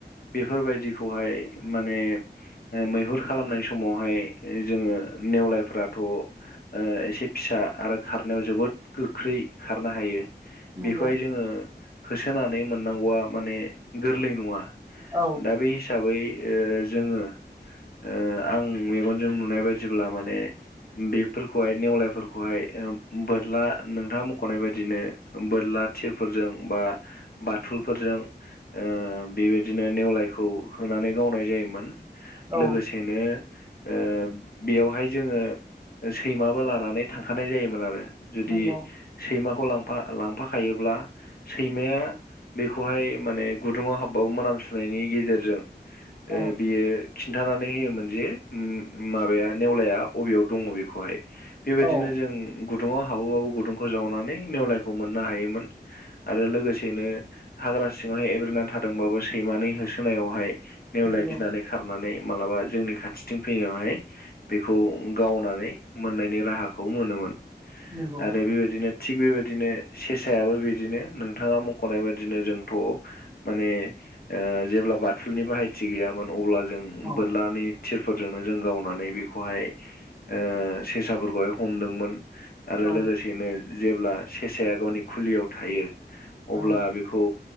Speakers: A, on the left; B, on the right.
A: बेफोरबायदि खौहाय माने ओ मैहुर खालामनाय समावहाय जोङो नेवलायफोरा थ' ओ एसे फिसा आरो खारनायाव जोबोद गोख्रै खारनो हायो।
B: नंगौ
A: बेखौहाय जोङो होसोनानै मोननांगौआ माने गोरलै नङा।
B: औ
A: दा बे हिसाबै ओ जोङो ओ आं मेगनजों नुनाय बायदिब्ला माने बेफोरखौहाय नेवलायफोरखौहाय ओ बोरला नोंथाङा मख'नाय बायदिनो बोरला थिरफोरजों बा बाथुलफोरजों ओ बेबायदिनो नेवलायखौ होनानै गावनाय जायोमोन।
B: औ
A: लोगोसेनो ओ बेवहाय जोङो ओ सैमाबो लानानै थांखानाय जायोमोन आरो जुदि
B: नंगौ
A: सैमाखौ लांफा लांफाखायोब्ला सैमाया बेखौहाय माने गुदुङाव हाब्बाबो मोनामसुनायनि गेजेरजों
B: औ
A: ओ बियो खिन्थानानै होयोमोन जे उम उम माबाया नेवलाया अबेयाव दङ बेखौहाय बेबायदिनो
B: औ
A: जों गुदुङाव हाबोबाबो गुदुंखौ जावनानै नेवलायखौ मोननो हायोमोन। आरो लोगोसेनो हाग्रा सिङाव एब्रेनानै थादोंबाबो सैमानि होसोनायावहाय नेवलाया
B: नंगौ
A: गिनानै खारनानै मालाबा जोंनि खाथिथिं फैनायावहाय बेखौ गावनानै मोन्नायनि राहाखौ मोनोमोन
B: नंगौ
A: आरो बेबायदिनो थिग बेबायदिनो सेसायाबो बिदिनो नोंथाङा मख'नाय बादिनो जोंथ' माने ओ जेब्ला बाथुलनि बाहायथि गैयामोन अब्ला जों उम
B: औ
A: बोरलानि थिरफोरजोंनो जों गावनानै बेखौहाय ओ सेसाफोरखौहाय हमदोंमोन आरो
B: औ
A: लोगोसेनो जेब्ला सेसाया गावनि खुलियाव थायो
B: नंगौ
A: अब्ला बेखौ